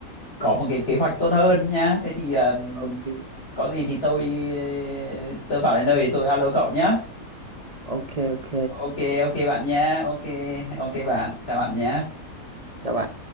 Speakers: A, on the left; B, on the right.
A: có một cái kế hoạch tốt hơn nhá thế thì ờm,
B: ok
A: có gì thì tôi ờ, tôi vào đến nơi thì tôi alo cậu nhá
B: ok ok
A: ok ok bạn nhá ok ok bạn chào bạn nhé
B: chào bạn